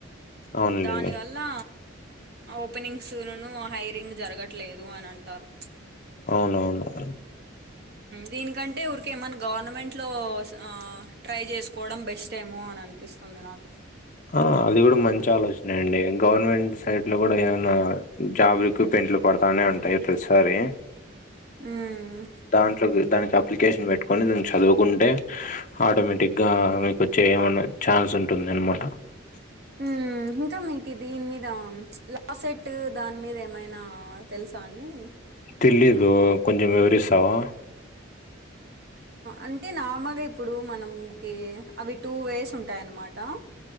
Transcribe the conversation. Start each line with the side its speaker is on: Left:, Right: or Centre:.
Left: అవునులేండి
Right: దాని వాళ్ ల్ల ఓపెనింగ్స్ నును హైరింగ్ జరగట్లేదు అని అంటారు
Left: అవునవునువు
Right: దీనికంటే ఊరిక ఏమన్నా గవర్నమెంట్ లో ఆ ట్రై చేసుకోవడం బెస్ట్ మో అని అనిపిస్తుంది నాకు
Left: ఆ అది కూడా మంచి ఆలోచనె అండి గవర్నమెంట్ సైడ్ లో కూడా ఏమైనా జాబ్రిక్ పెంట్లు పడతానే ఉంటాయి ప్రతిసారి
Right: మ్మ్
Left: దాన్ దానికి అప్లికేషన్ పెట్టుకొని దాన్ని చదువుకుంటే ఆటోమేటిక్ గా మీకు వచ్చే ఏమన్నా ఛాన్స్ ఉంటుంది అనమాట <inaudible>
Right: మ్మ్ ఇంకా మీకు దీని మీద లాసెట్ దాని మీద ఏమైనా తెలుసా అండి
Left: తెలిదు కొంచం వివరిస్తావా
Right: అంటే నామగా ఇప్పుడు మనంకి అవి టూ వేస్ ఉంటాయన్నమాట